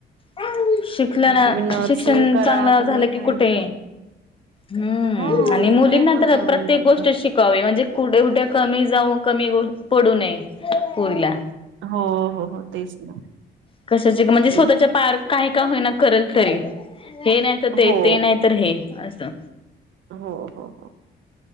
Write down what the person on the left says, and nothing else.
तिथलं ना
शिक्षण
चांगलं
झालं की
कुठे
हम्म
आणि
मुलींना
तर
प्रत्येक
गोष्ट शिक्ष कावे म्हणजे कुठ कुठे कमी जाऊ कमी पडू नये पोरीला.
कशाचे म्हणजे
स्वतःच्या पया काही का होईना करेल तरी. हे नाही त ते,
ते नाही तर हे. असं.